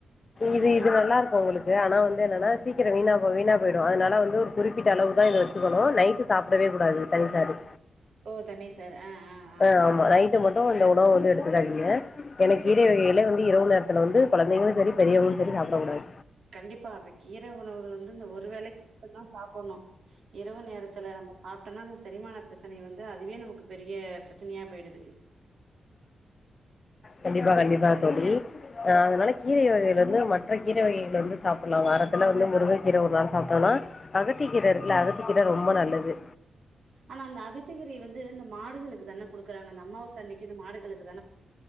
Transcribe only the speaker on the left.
இது இது நல்லா இருக் உங்களுக்கு ஆனா வந்து என்னன்னா சீக்கிரோ வீணா வீணா போயிடு அதனால வந்து ஒரு குறிப்பிட்ட அளவு தா இத வச்சுக்கணு நைட்டு சாப்பிடவே கூடாது தனசரி
ஆஹ் ஆமா நைட் மட்டு இந்த உணவு வந்து எடுத்துக்காதீங்க எனா கீர வகைகள் வந்து இரவு நேரத்துல வந்து கொழந்தைங்களு செரி பெரியவங்களு செரி சாப்பிட கூடாது
கண்டிப்பா கண்டிப்பாக தோழி ஆஹ் அதனால கீரை வகைகள் வந்து மற்ற கீரை வகைகள் வந்து சாப்புட்லா வாரத்துல வந்து முருங்கக்கீர ஒரு நாள் சாப்புட்லா அகத்திக்கீர இருக்குல அகத்திக்கீர ரொம்ப நல்லது